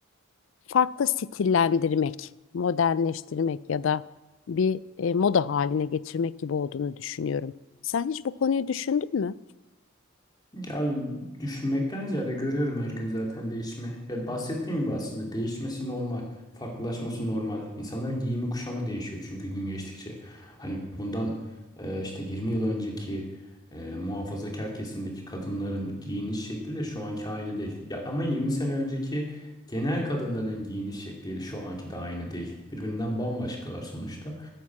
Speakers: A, on the left (about 70°); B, on the left (about 20°).
A: farklı stillendirmek, modernleştirmek ya da bir e, moda haline getirmek gibi olduğunu düşünüyorum. Sen hiç bu konuyu düşündün mü?
B: Ya düşünmekten ziyade görüyorum her gün zaten değişimi. Ya bahsettiğim gibi aslında değişmesi normal, farklılaşması normal. İnsanların giyimi kuşamı değişiyor çünkü gün geçtikçe. Hani bundan e, işte 20 yıl önceki e, muhafazakar kesimdeki kadınların giyiniş şekliyle şu anki aynı değil. Ya ama 20 sene önceki genel kadınların giyiniş şekli şu anki de aynı değil. Birbirinden bambaşkalar sonuçta.